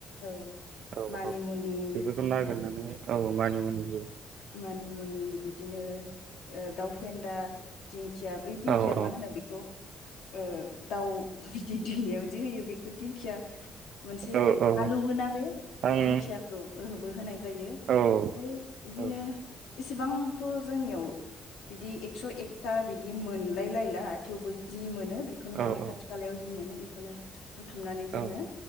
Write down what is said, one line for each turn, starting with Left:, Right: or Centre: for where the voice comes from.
Left: औ
Right: औ
Left: मानिमुनि
Right: औ बेफोरखौ नागिरनानै औ मानिमुनि
Left: मानि मुनि बिदिनो ओ दाउ फेन्दा दिं खिया बै दिंखिया
Right: औ
Left: मा
Right: औ ओ
Left: होनो बेखौ ओ दाउ बिदै दैनायाव जि होयो बेखो दिंखिया मोनसे
Right: औ औ
Left: आलौगोना बे बे
Right: आं
Left: दिंखियाखौ ओहोबो होनाय जायो
Right: औ
Left: ओमफाय बिदिनो
Right: औ
Left: इसेबां थ' जोंनियाव बिदि एकस' एकथा बिदि मोन लाय लायला आ थेवबो जि मोनो बेखोनो
Right: औ
Left: माने
Right: औ
Left: खाथि खालायाव जि मोनो बिखौनो बुथुमनानै जोङो
Right: औ